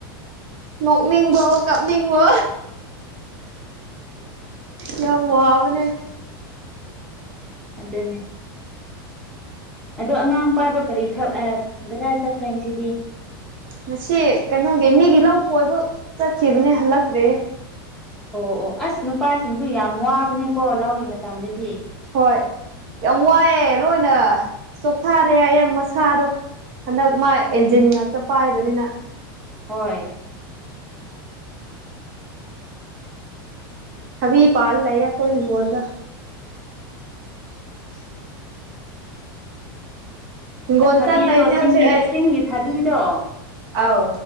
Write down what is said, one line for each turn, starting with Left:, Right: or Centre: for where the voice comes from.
Right: ꯅꯣꯛꯅꯤꯡꯕꯕꯣ ꯀꯞꯅꯤꯡꯕꯣ ꯌꯥꯝ ꯋꯥꯕꯅꯦ
Centre: <inaudible> ꯑꯗꯨꯅꯦ ꯑꯗꯣ ꯑꯉꯥꯡ ꯅꯨꯄꯥꯗꯣ ꯀꯔꯤ ꯊ ꯑ ꯒꯗꯥꯢ ꯆꯠꯈ꯭ꯔꯦ ꯉꯁꯤꯗꯤ
Right: ꯉꯁꯤ ꯀꯩꯅꯣꯒꯤ ꯃꯤꯒꯤ ꯂꯧ ꯈꯣꯢꯕ ꯆꯠꯈꯤꯕꯅꯦ ꯍꯜꯂꯛꯇ꯭ꯔꯤ
Centre: ꯑꯣ ꯑꯣ ꯑꯁ ꯅꯨꯄꯥꯁꯤꯡꯁꯨ ꯌꯥꯝ ꯋꯥꯕꯅꯦꯀꯣ ꯂꯧꯒꯤ ꯃꯇꯝꯗꯗꯤ
Right: ꯍꯣꯢ ꯌꯥꯝ ꯋꯥꯢꯑꯦ ꯂꯣꯢꯅ ꯆꯣꯛꯊꯥꯔꯦ ꯍꯥꯢꯌꯦ ꯃꯁꯥꯗꯣ ꯍꯟꯗꯛ ꯃꯥ ꯏꯟꯖꯤꯟ ꯉꯥꯛꯇ ꯄꯥꯢꯕꯅꯤꯅ
Centre: ꯍꯣꯢ
Right: ꯊꯥꯕꯤ ꯄꯥꯜ ꯂꯩꯌꯦ ꯑꯈꯣꯢ ꯍꯤꯡꯒꯣꯟꯗ
Centre: <inaudible>
Right: ꯍꯤꯡꯒꯣꯜ
Centre: ꯑꯁ ꯊꯥꯕꯤꯗꯣ
Right: ꯆꯪ ꯂꯩꯕꯅꯦ
Centre: ꯆꯤꯡꯒꯤ
Right: ꯍꯧꯖꯤꯛ ꯑꯩ
Centre: ꯆꯤꯡꯒꯤ ꯊꯥꯕꯤꯗꯣ
Right: ꯑꯧ